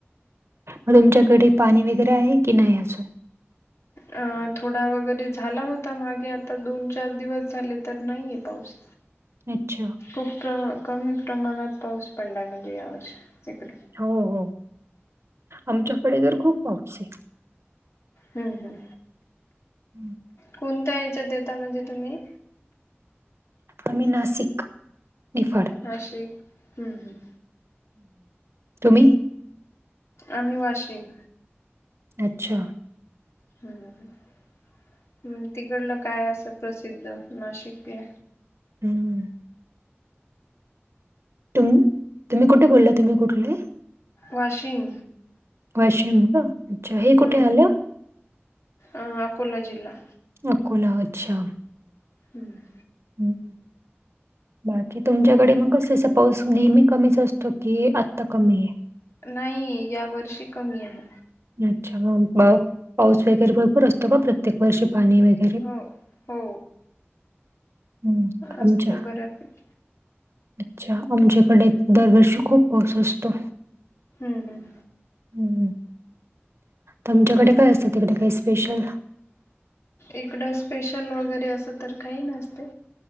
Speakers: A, on the right; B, on the left.
A: मग तुमच्याकडे पाणी वगैरे आहे की नाही अजून?
B: अं थोडा वगैरे झाला होता मागे आता दोन चार दिवस झाले तर नाहीये पाऊस.
A: अच्छा.
B: खूप प्र कमी प्रमाणात पाऊस पडला आहे म्हणजे यावर्षी. इकडे.
A: हो हो, आमच्याकडे तर खूप पाऊस आहे.
B: हम्म हम्म.
A: हम्म.
B: कोणत्या ह्याच्यात येता, म्हणजे तुम्ही?
A: अमि नासिक, निफाड.
B: नाशिक हम्म हम्म.
A: तुम्ही?
B: आम्ही वाशीम.
A: अच्छा!
B: हम् तिकडलं काय असं प्रसिद्ध? नाशिकले,
A: हम्म. तुम्ही तुम्ही कुठे बोलला? तुम्ही कुठले?
B: वाशिम.
A: वाशिम का? अच्छा हे कुठे
B: हम्म
A: आलं?
B: अ अकोला जिल्हा.
A: अकोला अच्छा.
B: हम्म.
A: हं. बाकी तुमच्याकडे मग कसं असं, पाऊस नेहमी कमी असतो की आत्ता कमी. आहे?
B: नाही, या वर्षी कमी आहे.
A: अच्छा मग पाऊस वगैरे भरपूर असतो का? प्रत्येक वर्षी पाणी वगैरे?
B: हो हो
A: हं. आमच्या
B: असते बऱ्यापैकी.
A: अच्छा आमच्याकडे दरवर्षी खूप पाऊस असतो.
B: हम्म हम्म.
A: हम् तुमच्याकडे काय असतं? तिकडे काही स्पेशल?
B: इकडं स्पेशल वगैरे असं तर काही नसतं.